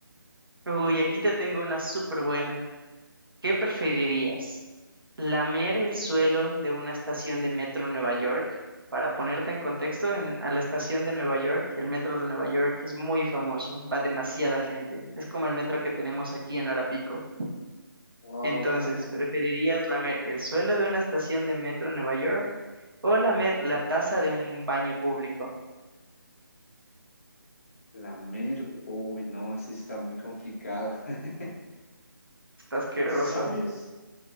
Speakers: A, on the right (about 75°); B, on the left (about 40°).
A: Uy, aquí te tengo una súper buena. ¿Qué preferirías? ¿Lamer el suelo de una estación de metro en Nueva York? Para ponerte en contexto, en, a la estación de Nueva York, el metro de Nueva York es muy famoso, va demasiada gente, es como el metro que tenemos aquí en hora pico.
B: Wow,
A: Entonces,
B: <laughs>
A: ¿preferirías lamer el suelo de una estación de metro en Nueva York o lamer la taza de un baño público?
B: lamer, uy, no, ese sí está muy complicado. <laughs>
A: Está asqueroso.
B: ¿Sabes?